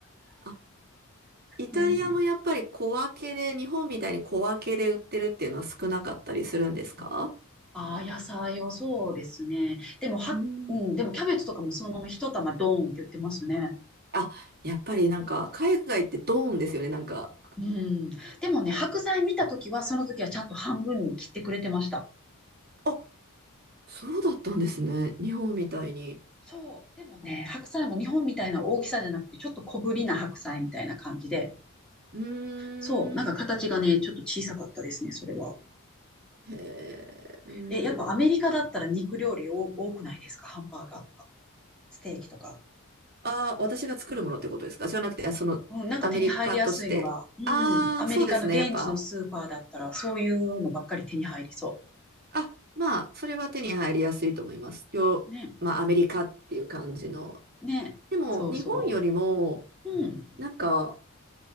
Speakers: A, on the right; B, in the centre.
A: あイタリアもやっぱり小分けで、
B: ね
A: 日本みたいに小分けで売ってるっていうのは少なかったりするんですか
B: ああ、野菜はそうですね。でも、は、
A: うん。
B: うん、でもキャベツとかもそのまま一玉ドーンって売ってますね。
A: あ、やっぱりなんか海外ってドーンですよね、なんか。
B: うん。でもね、白菜見たときは、その時はちゃんと半分に切ってくれてました。
A: あ、そうだったんですね。日本みたいに。
B: そう。でもね、白菜も日本みたいな大きさじゃなくて、ちょっと小ぶりな白菜みたいな感じで、
A: うーん。
B: そう、なんか形がね、ちょっと小さかったですね、それは。
A: へえ。へー
B: え、やっぱアメリカだったら肉料理多多くないですかハンバーガーとか、ステーキとか。
A: あ、私が作るものってことですかじゃなくて、あその、
B: うん、なんか手に入りやすいのが、
A: アメリカとして。
B: うん、
A: ああ、
B: アメリカの現地のスーパーだったら、
A: そうですね。やっぱ。
B: そういうのばっかり手に入りそ
A: あ、まあ、それは手に入りやすいと思います。よ、
B: う。ね。
A: まあ、
B: うん
A: アメリカっていう感じの
B: ね。
A: でも、
B: そうそ
A: 日本よりも、
B: う。うん。
A: なんか、